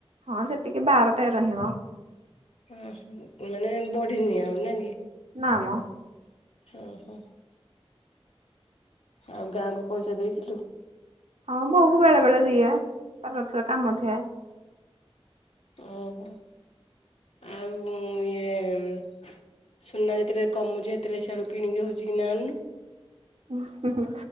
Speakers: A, on the right; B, on the left.
A: ହଁ ସେତିକି ବାର ତେର ହିଁ ମ।
B: ଓଃ ମାନେ ବଢି ନିିଆଉ ନା କି।
A: ନା ମ।
B: ଓ ହୋ। ଆଉ ଗାଁକୁ ପଇସା ଦେଇଥିଲୁ।
A: ହଁ ବୋଉକୁ ବେଳେ ବେଳେ ଦିଏ ତାର ଯେତେବେଳେ କାମ ଥାଏ।
B: ଓହୋ ଆଉ ୟେ ଓସୁନା ଯେତେବେଳେ କମୁଛି ହେତେବେଳେ ସିଆଡୁ କିଣିକି ହଉଛି କି ନା ଆଣୁନୁ।
A: ହୁଁ ହୁଁ ହୁଁ